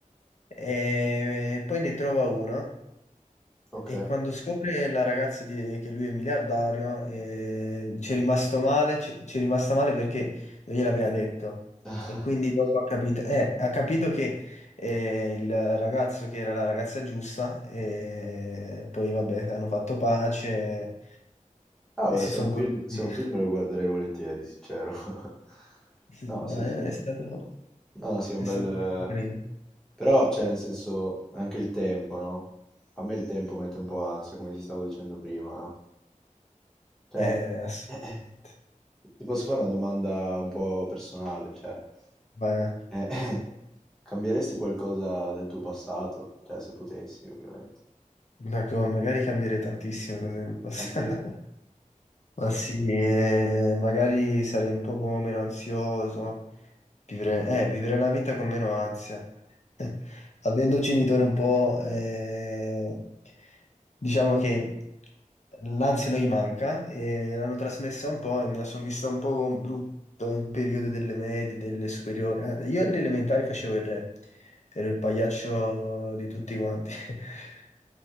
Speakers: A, on the left; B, in the centre.
A: E poi ne trova una
B: Ok.
A: e quando scopre la ragazza di- che lui è miliardario, eh, ci è rimasto male, ci ci è rimasta male perché non gliel'aveva detto.
B: <laughs>
A: E quindi dopo ha capito, eh, ha capito che eh, il ragazzo che era la ragazza giusta, e poi vabbè, hanno fatto pace
B: Ah, beh,
A: e si
B: se
A: sono
B: è un film,
A: goduti.
B: se
A: <laughs>
B: è un film lo guarderei volentieri, sincero. <laughs>
A: Sì,
B: No,
A: no,
B: sì,
A: è
B: sì.
A: stato,
B: No, no, sì,
A: è
B: è un bel...
A: stato
B: eh,
A: carino.
B: Però, cioè, nel senso, anche il tempo, no? A me il tempo mette un po' ansia, come ti stavo dicendo prima, no? Cioè,
A: Eh, assolutamente.
B: <clears throat> ti posso fare una domanda un po' personale, cioè...
A: Ma,
B: Eh, <clears throat> <laughs> Cambieresti qualcosa del tuo passato? Cioè, se potessi, ovviamente.
A: ma che magari cambiare tantissime cose nel passato.
B: Ah sì?
A: Ma sì, eh, magari sarei un poco meno ansioso, vivere, eh, vivere la vita con meno ansia. <laughs> Avendo genitori un po', eh, diciamo che l'ansia non gli manca e l'hanno trasmessa un po' e me la sono vista un po' brutta il periodo delle medie, delle superiori. Ah, io alle elementari facevo il re, ero il pagliaccio di tutti quanti. <laughs>